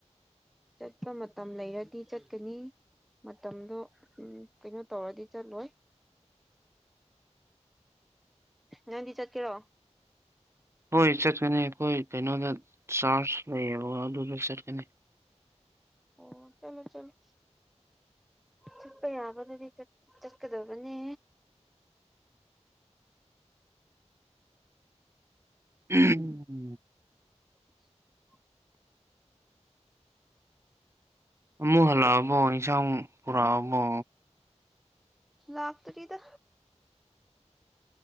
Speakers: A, in the centre; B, on the right (about 20°).
A: ꯆꯠꯄ ꯃꯇꯝ ꯂꯩꯔꯗꯤ ꯆꯠꯀꯅꯤ ꯃꯇꯝꯗꯣ ꯎꯝ ꯀꯩꯅꯣ ꯇꯧꯔꯗꯤ ꯆꯠꯂꯣꯏ
B: <inaudible>
A: ꯅꯪꯗꯤ ꯆꯠꯀꯦꯔꯣ
B: ꯍꯣꯏ ꯆꯠꯀꯅꯤ ꯑꯩꯈꯣꯏ ꯀꯩꯅꯣꯗ ꯆꯥꯔꯖ ꯂꯩꯌꯦꯕ ꯑꯗꯨꯗ ꯆꯠꯀꯅꯤ
A: ꯑꯣ ꯆꯠꯂꯣ ꯆꯠꯂꯣ ꯆꯠꯄ ꯌꯥꯕꯗꯗꯤ ꯆꯠꯀꯗꯕꯅꯦ
B: ꯎꯝ
A: <unintelligible>
B: ꯑꯃꯨꯛ ꯍꯜꯂꯛꯑꯕꯣ ꯏꯟꯁꯥꯡ ꯄꯨꯔꯛꯑꯕꯣ
A: ꯂꯥꯛꯇ꯭ꯔꯤꯗ